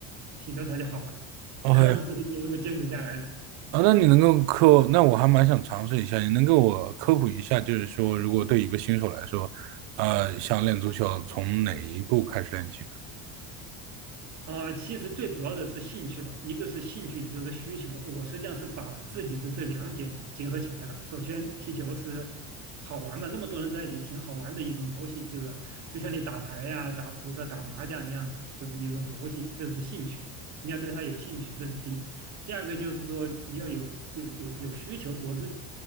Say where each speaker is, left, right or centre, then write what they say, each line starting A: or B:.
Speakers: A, on the right (about 40°); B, on the right (about 70°).
A: 踢球它就好了，
B: OK，
A: <laughs> 所以就这么坚持下来了。
B: 啊，那你能够科，那我还蛮想尝试一下，你能给我科普一下，就是说如果对一个新手来说，呃，想练足球从哪一步开始练起？
A: 啊，其实最主要的是兴趣吧，一个是兴趣，一个是需求。我实际上是把自己的这两点结合起来了。首先，踢球是好玩嘛，那么多人在一起，挺好玩的一种游戏，对吧？就像你打牌呀、打扑克、打麻将一样的，就是一种游戏，这是兴趣。你要对它有兴趣，这是第一。第二个就是说，你要有有有有需求。我是